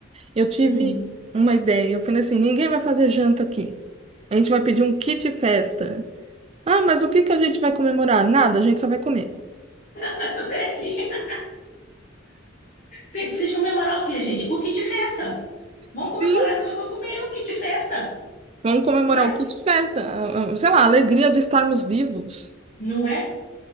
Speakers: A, on the right; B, on the left.
A: eu tive
B: Hum.
A: uma ideia. Eu falei assim: ninguém vai fazer janta aqui. A gente vai pedir um kit festa. Ah, mas o que que a gente vai comemorar? Nada, a gente só vai comer.
B: <laughs> Zetinha. Tem, precisa comemorar o quê, gente? O kit festa. Vamos
A: Sim,
B: comemorar que nós vamos comer o kit festa,
A: vamos comemorar
B: não é?
A: o kit festa. Ah, ah, Sei lá, a alegria de estarmos vivos.
B: Não é?